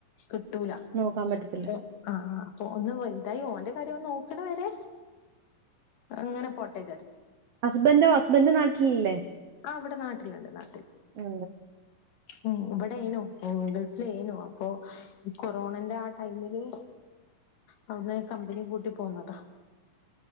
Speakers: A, on the left; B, on the right.
A: ക് ട്ടൂല
B: നോക്കാൻ പറ്റത്തില്ല
A: അപ്പോ ആ ആ ഒന്ന് വല്തായി ഓന്റെ കാര്യം ഓന് നോക്ക്ണ വരെ അങ്ങനെ പോട്ടെച
B: ഹസ്ബന്റോ ഹസ്ബന്റ് നാട്ടില് ഇല്ലേ
A: ആ ഇവിടെ നാട്ടില്ണ്ട് നാ
B: ആ
A: ഉം ഇമ്പ ടെനു ഗൾഫിലേനു അപ്പോ ഈ കൊറോണന്റെ ആ ടൈമില് അവിടുന്ന് കമ്പനി പൂട്ടി പോന്നതാ